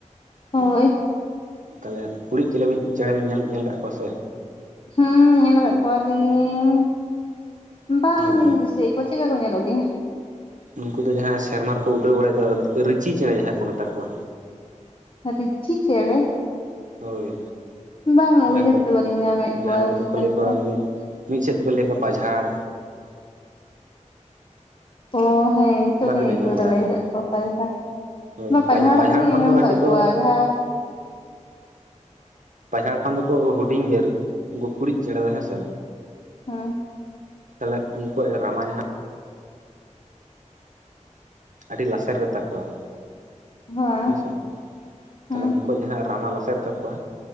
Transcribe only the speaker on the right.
ᱦᱮᱸ ᱛᱟᱦᱚᱞᱮ ᱠᱩᱲᱤᱫ ᱪᱮᱠᱮᱵᱤᱱ ᱪᱮᱬᱮ ᱵᱤᱱ ᱧᱮᱞ ᱧᱮᱞ ᱟᱠᱟᱫ ᱠᱚᱣᱟ ᱥᱮ
ᱦᱳᱭ
ᱩᱱᱠᱩ ᱫᱚ ᱡᱟᱦᱟᱸᱭ ᱥᱮᱨᱢᱟ ᱨᱮᱠᱚ ᱩᱰᱟᱹᱣ ᱵᱟᱲᱟᱭ ᱫᱚ ᱨᱤᱪᱤ ᱪᱮᱬᱮ ᱡᱟᱦᱟᱸᱭ ᱠᱚ ᱢᱮᱛᱟ ᱠᱚᱣᱟ
ᱦᱳᱭ
ᱡᱟᱦᱟᱸ
ᱠᱚ
ᱡᱟᱦᱟᱸᱭ
ᱫᱚᱠᱚ
ᱞᱟᱹᱭ ᱠᱚᱣᱟ
ᱢᱤᱫ ᱢᱤᱫ ᱥᱮᱫ ᱛᱮᱠᱚ ᱞᱟᱹᱭ ᱠᱚᱣᱟ ᱯᱟᱡᱷᱟᱲ
ᱵᱟᱵᱤᱱ
ᱟᱸᱡᱚᱢ ᱵᱟᱲᱟ
ᱟᱠᱟᱫᱟ
ᱦᱳᱭ
ᱠᱷᱚᱱ
ᱫᱚ ᱠᱟᱹᱴᱤᱡ
ᱠᱚ
<inaudible> ᱯᱟᱡᱷᱟᱲ ᱠᱷᱚᱱ ᱫᱚᱠᱚ ᱦᱩᱰᱤᱧ ᱜᱮ ᱜᱩᱠᱩᱲᱤᱡ ᱪᱮᱬᱮ ᱫᱚ ᱦᱮᱸ ᱥᱮ
ᱛᱟᱦᱮᱞᱮ ᱩᱱᱠᱩᱣᱟᱜ ᱨᱟᱢᱟ ᱡᱟᱦᱟᱸ ᱟᱹᱰᱤ ᱞᱟᱥᱮᱨ ᱜᱮ ᱛᱟᱠᱚᱣᱟ
ᱦᱮᱸᱥᱮ ᱛᱟᱦᱮᱞᱮ
ᱩᱱ ᱟᱠᱚ ᱡᱟᱦᱟᱸ ᱨᱟᱢᱟ ᱞᱟᱥᱮᱨ ᱛᱟᱠᱚᱣᱟ